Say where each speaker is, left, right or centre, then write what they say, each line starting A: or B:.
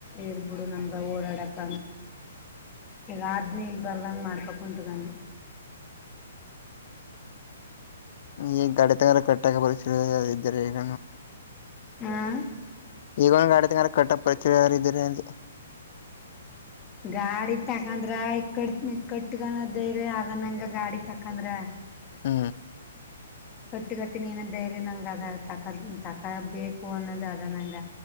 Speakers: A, on the left (about 20°); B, on the left (about 50°).
A: ಇರ್ಬಿಡ್ ನಮ್ಗೆ ಓರಾಡಕ ಈಗ ಆದ್ನ ಇಲ್ ಬರ್ದಂಗ ಮಾಡ್ಕೋ ಕುಂತಗಾನ
B: <unintelligible> <inaudible> ಈ ಗಾಡಿ ತಗಾರ ಕಟ್ಟಕ ಪರಿಸ್ಥಿತಿ ಇದ್ದಾರೆ ಈಗ
A: ಹಾ
B: ಈಗೊಂದು ಆಡಿತಂರ ಕಟ್ಟ ಪರಿಚರಿದ್ದರಿಂತೆ
A: ಗಾಡಿ ತಕಂದ್ರ ಇಕ್ಕಟ್ಟ ಇಕ್ಕಟ್ಟಗನದೇರಿ ಅದ ನಂಗ ಗಾಡಿ ತಕಂದ್ರ
B: ಹ್ಮ
A: ಕಟ್ಟಿ ಕತಿ ಏನ ಧೈರ್ಯ ನಂಗಗೆ ಅದ ತ ತಕ ಬಬೇಕು ಅನ್ನೋದು ಅದ ನಂಗ